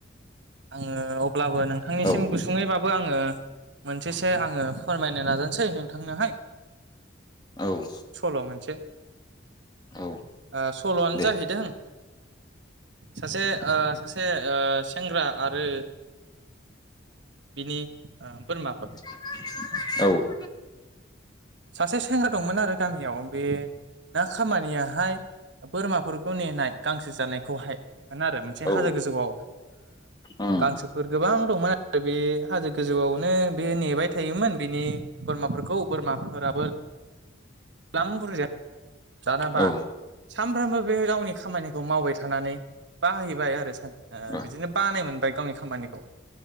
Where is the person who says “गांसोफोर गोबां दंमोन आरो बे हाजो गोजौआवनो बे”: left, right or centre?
Right